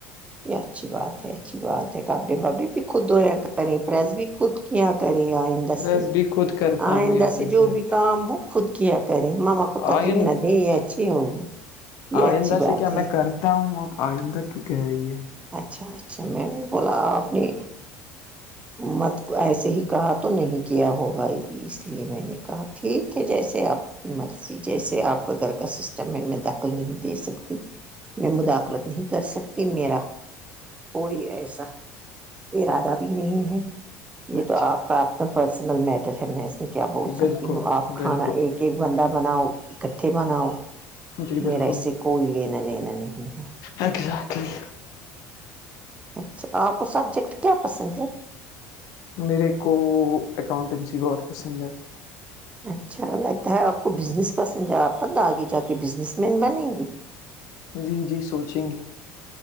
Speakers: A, on the right; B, on the left.
A: یہ اچھی بات ہے اچھی بات ہے کپڑے بپڑے بھی خود د یہیا کریں پریس بھی خود کیا یہ کریں آئیںے
B: پریس بھی خود کرتا
A: آئ
B: ہوں یس
A: د سے
B: ایگزیکٹ
A: جو بھی کام ہو خود کیا کریں ماما کو تکلیف
B: آئین
A: نہ دیں یہ اچھی ہوگی یہ
B: آئندہ
A: اچھی بات
B: سے کیا
A: ہے
B: میں کرتا ہوں اب آئندہ کیوں کہہ رہی ہے
A: اچھا اچھا میں بھی نہیں بولا اپنی
B: <inaudible>
A: مت ایسے ہی کہا تو نہیں کیا ہوگا ابھی اس لیے میں نے کہا ٹھیک ہے جیسے آپ کی مرضی جیسے آپ کا گھر کا سسٹم ہے میں دخل نہیں دے سکتی میں مداخلت
B: بالکل
A: نہیں کر سکتی میرا کوئی ایسا ارادہ بھی نہیں ہے یہ
B: اچھا
A: تو آپ کاپ ا پرسنل میٹر ہے میں اس میں کیا بول سکتی
B: بالکل
A: ہوں آپ کھانا
B: بالکل
A: ایک ایک ایک بندہ بناؤ ککٹھے بناؤ
B: جی بالکل
A: میرا اس سے کوئی لینا لینا نہیں ہے
B: ا <inaudible> گزٹلی
A: اچھا آپ کو سبجیکٹ کیا پسند ہے
B: میرے کو اکاؤنٹنسی بہت پسند ہے
A: اچھا لگتا ہے آپ کو بزنس پسند ہے آپ مت آگے جا کے بزنس مین بنیں گے
B: جی جی سوچیں گے